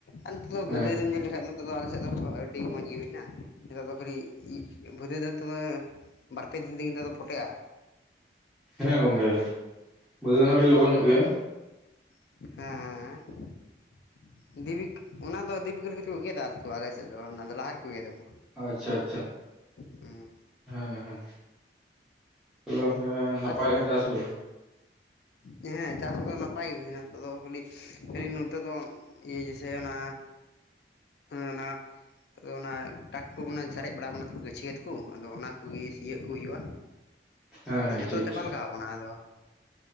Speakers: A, on the left (about 65°); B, in the centre.
A: ᱟᱨ ᱱᱤᱛ ᱫᱚ
B: ᱦᱮᱸ
A: ᱵᱟᱹᱫᱟᱹᱭ ᱫᱚᱢ ᱧᱮᱞ ᱞᱮᱠᱷᱟᱱᱡ ᱫᱚ ᱱᱚᱜ ᱫᱚ ᱟᱞᱮ ᱥᱮᱫ ᱫᱚ ᱟᱹᱰᱤ ᱢᱚᱸᱡᱽ ᱜᱮ ᱦᱩᱭ ᱮᱱᱟ ᱱᱤᱛᱚᱜ ᱫᱚ ᱠᱷᱟᱹᱞᱤ ᱵᱫᱤ ᱫ ᱛᱮᱫᱚ ᱵᱷᱟᱹᱫᱟᱹᱭ ᱫᱚ ᱵᱟᱨ ᱯᱮ ᱫᱤᱱ ᱛᱮᱜᱤᱱ ᱛᱮᱫ ᱫᱚ ᱯᱚᱴᱮᱜᱼᱟ᱾
B: ᱦᱮᱸ ᱜᱚᱝᱠᱮ ᱵᱟᱹᱭᱦᱟᱹᱲ ᱠᱷᱚᱱᱟᱜ ᱞᱚᱜᱚᱱ ᱧᱚᱜ ᱜᱮ,
A: ᱦᱮᱸ ᱦᱮᱸ᱾ ᱫᱤᱵᱤᱠ ᱚᱱᱟ ᱫᱚ <unintelligible> ᱜᱮᱫᱟ ᱟᱞᱮ ᱥᱮᱫ ᱫᱚ ᱚᱱᱟ ᱫᱚ ᱞᱟᱦᱟ ᱨᱮᱠᱚ ᱜᱮᱫᱟ ᱠᱚ
B: ᱟᱪᱪᱷᱟ ᱟᱪᱪᱷᱟ᱾
A: ᱦᱮᱸ
B: ᱦᱮᱸ ᱦᱮᱸ ᱛᱟᱦᱚᱞᱮ ᱜᱚᱝᱠᱮ ᱱᱟᱯᱟᱭ
A: ᱟᱨ
B: ᱜᱮ ᱪᱟᱥ ᱠᱚ ᱦᱩᱭᱩᱜ-ᱟ?
A: ᱦᱮᱸ ᱪᱟᱥ ᱠᱚᱫᱚ ᱱᱟᱯᱟᱭ ᱜᱮ ᱦᱩᱭᱱᱟ, ᱟᱫᱚ ᱠᱷᱟᱹᱞᱤ ᱠᱷᱟᱹᱞᱤ ᱱᱚᱛᱮ ᱫᱚ ᱤᱭᱟᱹ ᱡᱥᱮ ᱚᱱᱟ ᱚᱱᱟ, ᱟᱫᱚ ᱚᱱᱟ ᱴᱟᱠ ᱴᱩᱠ ᱚᱱᱟ ᱥᱟᱨᱮᱡ ᱵᱟᱲᱟ ᱟᱠᱟᱱᱟ ᱛᱷᱚᱲ ᱜᱟᱹᱪᱷᱤ ᱜᱟᱹᱮᱛ ᱠᱚ ᱟᱫᱚ ᱚᱱᱟ ᱠᱚᱜᱮ ᱥᱤᱭᱳᱜ ᱠᱚ ᱦᱩᱭᱩᱜᱼᱟ᱾
B: ᱦᱮᱸ
A: ᱟᱫᱚ
B: ᱦᱮᱸ
A: ᱡᱚᱛᱚ
B: ᱴᱷᱤᱠ
A: ᱫᱚ ᱪᱟᱵᱟ
B: ᱴᱷᱤᱠ
A: ᱞᱮᱡᱟᱣ ᱟᱠᱟᱱᱟ ᱟᱫᱚ